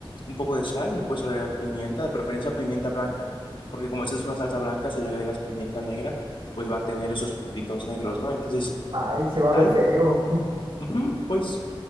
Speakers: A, on the left; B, on the right.
A: un poco de sal, le puedes agregar pimienta, de preferencia pimienta blanca, porque como esta es una salsa blanca, si le agregas pimienta negra, pues va a tener esos puntitos negros, ¿no? Entonces,
B: Ay, se va
A: sal,
B: a ver feo. <laughs>
A: ujú, pues,